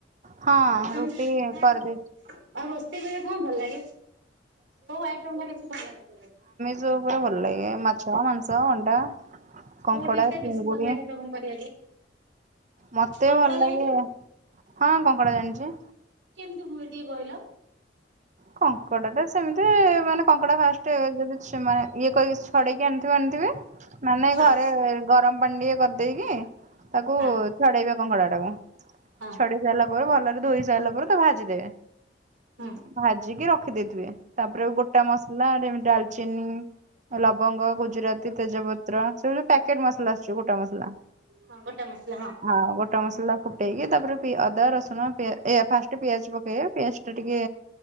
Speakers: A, on the right; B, on the right.
A: ହଁ
B: ଆଉ ତମ
A: ରୁଟି
B: କଣ ଆଉ
A: କରିଦେଇଛି
B: ରୋଷେଇ କରିବା କଣ ଭଲ ଲାଗେ? କୋଉ ଆଇଟମ୍ ଟା ବେଶୀ ଭଲ ଲାଗେ କରିବାକୁ।
A: ଯୋ ଉପରେ ଭଲ ଲାଗେ ମାଛ ମାଂସ ଅଣ୍ଡା। କଙ୍କଡା
B: କୋଉ ଡିସ୍ ଟା
A: ଚିଙ୍ଗୁଡି
B: ବେଶୀ ଭଲ ଲାଗେ ତମକୁ କରିବାକୁ।
A: ମତେ
B: କଙ୍କଡା
A: ଭଲ ଲାଗେ
B: ଜାଣିଛ?
A: ହଁ କଙ୍କଡ଼ା ଜାଣିଛି।
B: କେମିତି ହୁଏ ଟିକେ କହିଲ?
A: କଙ୍କଡା ଟା ସେମିତି ମାନେ କଙ୍କଡା ଫାଷ୍ଟ ଯଦି ସେମାନେ ଇଏ କରି ଛଡେଇକି ଆଣିଥିବେ ଆଣିଥିବେ ନ ନାଇଁ
B: ହଁ
A: ଘରେ ଗରମ ପାଣି ଟିକେ କରିଦେଇକି ତାକୁ
B: ହଁ
A: ଛଡେଇବେ କଙ୍କଡ଼ାଟାକୁ
B: ହଁ
A: ଛଡେଇ ସାରିଲା ପରେ ଭଲରେ ଧୋଇ ସାରିଲା ପରେ ତା ଭାଜିଦେବେ।
B: ହଁ।
A: ଭାଜିକି ରଖିଦେଇଥିବେ ତାପରେ ଗୋଟା ମସଲା ଯେମିତି ଡାଲଚିନି ଲବଙ୍ଗ ଗୁଜୁରାତି ତେଜପତ୍ର ସବୁ ଯୋଉ ପ୍ୟାକେଟ ମସଲା ଆସୁଛି ଗୋଟା ମସଲା।
B: ହଁ ଗୋଟେ ମସଲା ହଁ।
A: ହଁ ଗୋଟେ ମସଲା ଫୁଟେଇକି ତାପରେ ଅଦା ରସୁଣ ଫାଷ୍ଟ ପିଆଜ ପକେଇବା ପିଆଜ ଟିକେ